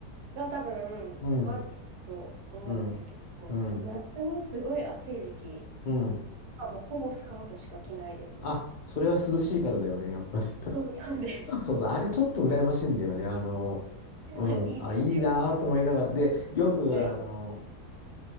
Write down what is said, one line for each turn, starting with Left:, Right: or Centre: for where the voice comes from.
Right: が多分関わってくると思うんですけど、
Left: うん。うん。うん。
Right: 夏のすごい暑い時期
Left: うん。
Right: はもうほぼスカートしか着ないですね。
Left: あ、それは涼しいからだよね、やっぱり。<laughs>
Right: そうそうです。
Left: そうそう、あれちょっと羨ましいんだよね。あの、
Right: <laughs>
Left: うん。
Right: いいですよ。
Left: あ、いいなぁと思いながら。で、よく、
Right: はい。
Left: あの、